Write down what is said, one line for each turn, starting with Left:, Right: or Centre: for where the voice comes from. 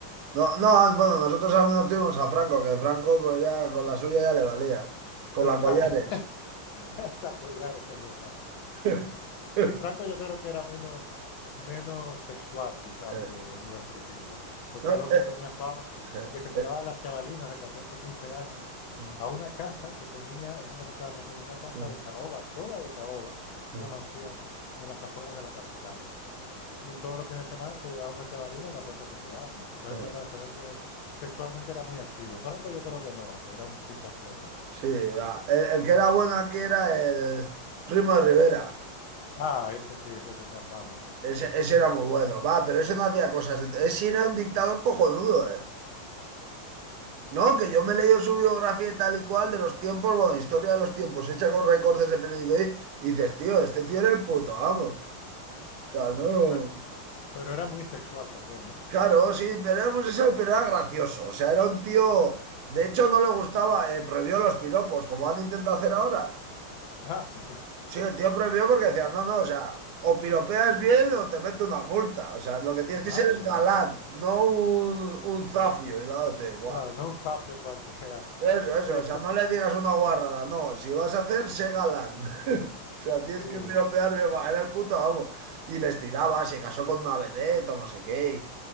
Right: No, no, bueno, nosotros al menos tuvimos a Franco, que Franco pues ya con la suya ya le valía. Con
Left: Eh,
Right: la
Left: Claro,
Right: collares.
Left: <laughs> la collares, es verdad.
Right: <laughs>
Left: Sí, Franco yo creo que era menos, menos sexual quizás
Right: Eh,
Left: que Leonidas Trujillo, porque
Right: No,
Left: el otro
Right: eh,
Left: tenía fama
Right: eh,
Left: de que se
Right: eh,
Left: llevaba a las chavalinas de 14 15 años
Right: eh,
Left: a una casa que tenía, eso me contaba mi amigo, una casa
Right: eh,
Left: de caoba, toda de caoba,
Right: eh,
Left: una
Right: eh,
Left: mansión en las afueras de la capital. Y todos los fines de semana se llevaba una chavalina de 14 15 años. Entonces
Right: eh.
Left: era, se ve que sexualmente era muy activo. Franco yo creo
Right: eh.
Left: que no, que era un picha floja.
Right: Sí, va. El, el que era bueno aquí era el Primo de Rivera.
Left: Ah, ese sí, ese tenía fama.
Right: Ese, ese era muy bueno, va, pero ese no hacía cosas. De... Ese era un dictador cojonudo, ¿eh? No, que yo me he leído su biografía y tal y cual de los tiempos, bueno, historia de los tiempos, hecha con recortes de periódico y, y dices, tío, este tío era el puto, vamos. O sea, no.
Left: Pe- Pero, pero era muy sexual también, ¿no?
Right: Claro, sí, pero era homosexual, pero era gracioso. O sea, era un tío. De hecho, no le gustaba, eh, prohibió los piropos, como han intentado hacer ahora.
Left: Ah, sí.
Right: Sí, el tío prohibió porque decía, no, no, o sea, o piropeas bien o te mete una multa. O sea, lo que tienes que
Left: Madre
Right: ser es galán,
Left: mía.
Right: no un, un zafio. Y la otra dice, guau,
Left: Claro, no un zafio cualquiera. <laughs>
Right: eso,
Left: Eh,
Right: eso,
Left: sí, es
Right: o sea,
Left: co-
Right: no le digas una guarrada, no, si vas a hacer, sé galán. <laughs> O sea, tienes
Left: sí,
Right: que piropear bien, va, era el puto amo. Y les tiraba, se casó con una vedette o no sé qué.